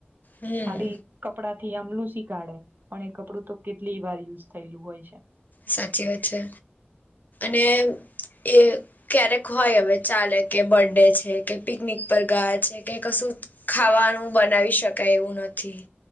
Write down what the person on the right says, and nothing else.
ખાલી કપડાથી આમલું શી કાઢે પણ એ કપડું તો કેટલી વાર યુઝ થયેલું હોય છે.